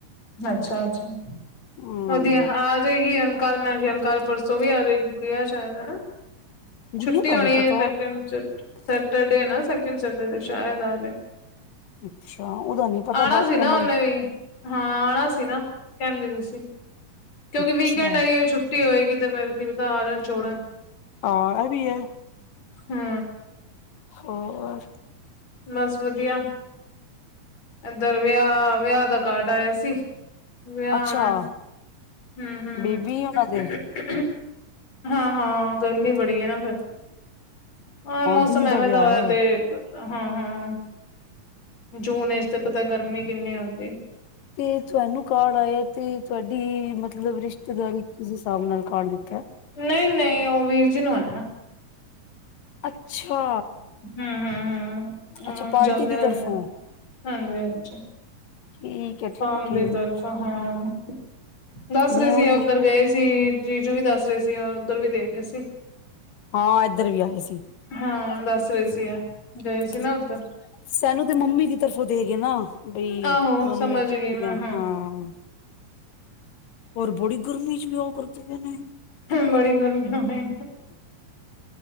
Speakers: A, on the left; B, on the left.
A: ਅੱਛਾ- ਅੱਛਾ
B: ਹੂੰ
A: ਵਧੀਆ, ਆ ਜੇ ਗੀ ਹੁਨ ਕੱਲ ਮੈਂ ਗ ਕੱਲ ਪਰਸੋਂ ਵੀ ਆ ਜੇ ਗੀ। ਛੁਟੀ ਐ ਸ਼ਾਇਦ ਹਨਾ,
B: ਗੁੜੀਆ
A: ਛੁੱਟੀ
B: ਦਾ
A: ਹੋਣੀ
B: ਨੀ
A: ਐ
B: ਪਤਾ
A: ਸੈਕਿੰਡ ਸੈਟ ਅਰਡੇ, ਸ ਸੈਟਰਡੇ ਐ ਨਾ ਸੈਕਿੰਡ ਸੈਟ ਮੈਂ ਕਿਹਾ ਸ਼ਾਇਦ ਆ ਜਾਏ।
B: ਅੱਛਾ, ਉਹਦਾ ਨੀ ਪਤਾ
A: ਆਣਾ
B: ਬਾਕੀਆਂ
A: ਸੀ ਨਾ
B: ਮੰਥ
A: ਉਹਨੇ ਵੀ ਹਾਂ ਆਉਣਾ ਸੀ ਨਾ, ਕਹਿੰਦੇ ਵੀ ਸੀ, ਕਿਉਂਕਿ
B: ਅੱਛਾ
A: ਵੀਕਐਂਡ ਆਈ ਹੋਈ ਛੁੱ ਛੁਟੀ ਹੋਏਗੀ ਤੇ ਫੇਰ ਕੀ ਪਤਾ ਆ ਜਾਣ, ਛੋੜਣ
B: ਹਾਂ ਇਹ ਵੀ ਹੈ।
A: ਹੂੰ।
B: ਹੋਰ?
A: ਬਸ ਵਧੀਆ। ਇਧਰ ਵਿਆਹ- ਵਿਆਹ ਦਾ ਕਾਰਡ ਆਇਆ ਸੀ ਵਿਆਹ
B: ਅੱਛਾ
A: ਆਉਣਾ। ਹੂੰ- ਹੂੰ
B: ਬੇਬੀ ਉਹਨਾਂ ਦੇ
A: ਹਾਂ- ਹਾਂ ਗਰਮੀ ਬੜੀ ਹੈ ਨਾ ਫੇਰ। ਹਾਂ ਮੌਸਮ
B: ਦਿਨ
A: ਐਵੇਂ
B: ਵਿਆਹ
A: ਦਾ ਹੋਇਆ
B: ਏ
A: ਤੇ ਹਾਂ- ਹਾਂ। ਜੂਨ ਵਿੱਚ ਤੇ ਪਤਾ ਗਰਮੀ ਕਿੰਨੀ ਹੁੰਦੀ।
B: ਤੇ ਤੁਹਾਨੂੰ ਕਾਰਡ ਆਇਆ ਤੇ ਤੁਹਾਡੀ ਮਤਲਬ ਰਿਸ਼ਤੇਦਾਰੀ ਕਿਸੇ ਹਿਸਾਬ ਨਾਲ। ਕਾਰਡ ਦਿੱਤਾ ਹੈ।
A: ਨਈ- ਨਈ ਉਹ ਵੀਰ ਜੀ ਨੂੰ ਆਇਆ ਨਾ।
B: ਅੱਛਾ।
A: ਹੂੰ- ਹੂੰ, ਹੂੰ
B: ਅੱਛਾ ਪਾਰਟੀ
A: ਜਾਂਦੇ
B: ਦੀ
A: ਰਹਿੰਦੇ
B: ਤਰਫੋਂ
A: ਹਾਂਜੀ- ਹਾਂਜੀ।
B: ਠੀਕ ਹੈ
A: ਫੋਮ
B: ਠੀਕ
A: ਦੀ
B: ਹੈ
A: ਤਰਫ ਹਾਂ ਦੱਸ ਰਹੇ
B: ਮੈਂ
A: ਸੀ
B: ਉਹੀ
A: ਏਹ ਉੱਧਰ ਗਏ ਸੀ। ਤੇ ਜੀਜੂ ਵੀ ਦੱਸ ਰਹੇ ਸੀ ਆ ਉੱਧਰ ਵੀ ਦੇ ਗਏ ਸੀ।
B: ਹਾਂ ਇਧਰ ਵੀ ਆਏ ਸੀ
A: ਹਾਂ
B: ਕਾਰਡ
A: ਦੱਸ
B: ਦੇ ਗਏ
A: ਰਹੇ ਸੀ ਆ ਗਏ ਨਾ
B: ਸੀ।
A: ਉੱਧਰ
B: ਸਾਂਨੂੰ ਤੇ ਮੰਮੀ ਦੀ ਤਰਫੋਂ ਦੇ ਗਏ ਨਾ ਬਈ
A: ਆਹੋ
B: ਮਾਮੇ
A: ਸਮਝ
B: ਦੀ
A: ਗਈ
B: ਕੁੜੀਆਂ
A: ਮੈਂ
B: ਹਾਂ। ਔਰ ਬੜੀ ਗਰਮੀ ਚ ਤ ਵਿਆਹ ਕਰਦੇਆਂ ਨੇ।
A: ਬੜੀ ਗਰਮੀ ਹੋਣੀ